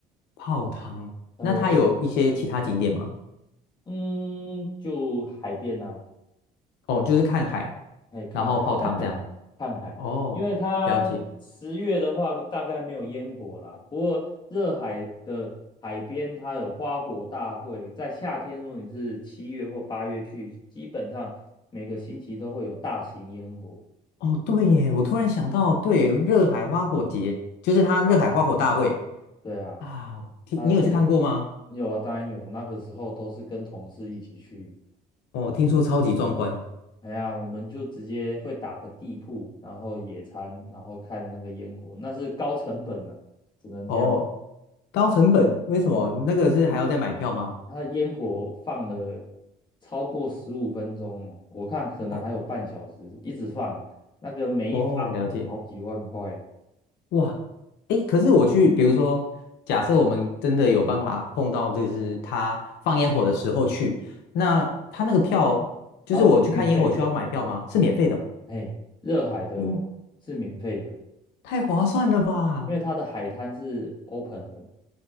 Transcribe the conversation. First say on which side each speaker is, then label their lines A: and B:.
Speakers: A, on the left; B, on the left.
A: 泡汤，
B: 呃
A: 那它有一些其他景点吗？
B: 嗯，就海边啊，
A: 哦，就是看海，
B: 哎看海
A: 然后泡汤这样。
B: 看海，
A: 哦，
B: 因为它十月的话大概没有烟火啦，
A: 了解。
B: 不过热海的海边它有花火大会，在夏天如果你是七月或八月去，基本上每个星期都会有大型烟火。
A: 哦，对耶，我突然想到，对，热海花火节就是它热海花火大会
B: 对对啊，
A: 啊，我听你有去看过吗？
B: 它就有啊，当然有，那个时候都是跟同事一起去。
A: 哦，听说超级壮观。
B: 哎呀，我们就直接会打个地铺，然后野餐，然后看那个烟火，那是高成本的，只能这样，
A: 哦，高成本，为什么？那个是还要再买票吗？
B: 因为它烟火放了超过十五分钟哦，我看可能还有半小时，
A: 哦
B: 一直放，那个每一发都是好几万块，
A: 哦，了解。哇，诶，可是我去，比如说，假设我们真的有办法碰到，就是他放烟火的时候去，那他那个票，就是我去看烟火需要买票吗？
B: 然后免费，
A: 是免费的哦
B: 哎，热海的是免费的，
A: 哇，太划算了吧！
B: 因为它的海滩是 open 的，